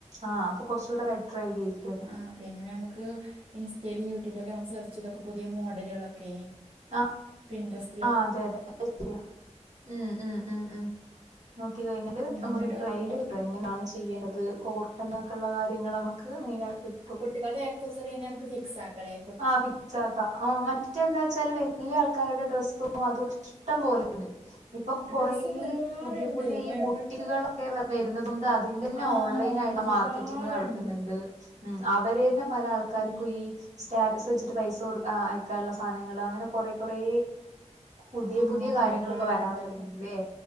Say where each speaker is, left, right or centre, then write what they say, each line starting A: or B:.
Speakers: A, on the right; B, on the right.
A: ആഹ് അപ്പൊ കുറച്ചുകൂടെ ബെറ്റർ ഐഡിയ ആയിരിക്കും അത്
B: ആ പിന്നെ നമുക്ക് ഇൻസ്റ്റേലും യൂട്യൂബിലൊക്കെ നമുക്ക് സർച്ച് ചെയ്തൊക്കെ പുതിയ മോഡൽകൾഒക്കെ
A: ആഹ്
B: പിൻട്രസ്
A: ആഹ് അതെ അതെ <unintelligible> ഊ ഉം ഉം ഉം നോക്കി കഴിഞ്ഞല്
B: അങ്ങനമായിട്ടൊക്കെ
A: അമ്മക്ക്ട്ടു <unintelligible> പ്പെങ്ങനാണ് ചെയ്യേണ്ടത് കോർക്കണ്ടൊക്കെ ള്ള കാര്യങ്ങളമക്ക് മെയ്നായ് കിട്ടും
B: ട്ടികൾടെ ഏക്സസെറിയെന്നെ മ്മക്ക് ഫിക്സാക്കലേ
A: ആ ഫിക്സാക്കാ ആ മറ്റെന്താച്ചാല് വല്ല്യാൾക്കാരുടെ ഡ്രസ്സു അതു ഷ്ടം പോലെ ണ്ട് ഇപ്പം കൊറേ
B: ഡ്രസ്സ് ഇപ്പൊ ഒരുപാടുണ്ട്
A: പുതിയ പുതിയീ
B: ഇപ്പ എവി
A: ബുട്ടിക്‌കളൊക്കെ വ വെരുന്നതുണ്ട് അ ത്‌ന്റെന്നെ
B: ആ
A: ഓൺലൈനായിട്
B: ഒരുപാടുണ്ട്
A: മാർക്കറ്റിങ്ങ് നടക്ക്ന്ന്ണ്ട് ഉം അവര് തന്നെ പല ആൾക്കാർക്കും
B: ആ
A: ഈ സ്റ്റാറ്റസ് വെച്ച്ട്ട് പൈസ കൊടുക്ക ആ അയക്കാൻള്ള സാനങ്ങള് അങ്ങന കൊറെ കൊറേ പുതിയ
B: ആ
A: പുതിയ കാര്യങ്ങള്
B: ഒരുപാടുണ്ട്
A: പ്പൊ വരാം തൊടങ്ങില്ലേ
B: ഒരുപാട്